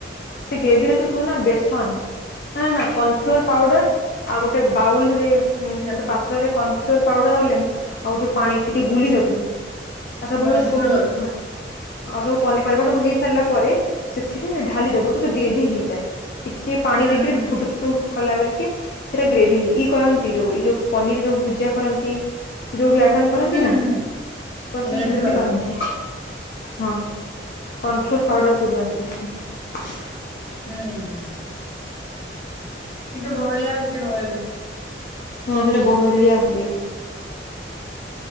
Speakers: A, on the left; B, on the left.
A: ସେ ଗ୍ରେଭିରେ ତ ତୁ ନା ବେସନ ନା ନା କର୍ନଫ୍ଲୋର ପାଉଡର ଆଉ ଗୋଟେ ବାଉଲରେ ମି
B: ଲେମ୍ବୁ
A: ଗୋଟେ ପାତ୍ର ରେ ଫ୍ଲୋଉର ପାଉଡର ଆଉ ଲେ ଆଉ ଯୋଉ ପାଣି ଟିକେ ଗୁଲି ଦେବୁ ଆସା ବ
B: କର୍ଣଫ୍ଲୋର
A: ସ ଆଉ ସବୁ ପନିପରିବା ସବୁ ହେଇ ସାରିଲା ପରେ ସେଥିରେ ଢାଲି ଦବୁ ତ ସେ ଗ୍ରେଭି ହେଇଯାଏ। ଟିକେ ପାଣି
B: ହୁଁ
A: ଦେଇକରି
B: ହୁଁ।
A: ଫୁଟ ଫୁଟ କଲା ବେଲିକ ସେଇଟା ଗ୍ରେଭି ଇ କରନ୍ତି ଯୋଉ ଇ ଯୋଉ ପନିର ଯୋଉ ଭୁଜିା କରନ୍ତି ଯୋଉ ବି ଆଇଟମ କରନ୍ତି
B: ହୁଁ
A: ନା
B: ହୁଁ
A: କର ସେ
B: ଗ୍ରେଭି
A: ସେମିତି
B: ବାଲା
A: କରନ୍ତି। ହଁ କନଫଲ ପାଉଡରକୁ ଦିଅନ୍ତି ସେଥିରେ।
B: ହୁଁ ଟିକେ ବହଳିଆ ହେଇକି ରହେବି।
A: ହଁ ସେଟା ବହଲିଆ ହୁଏ।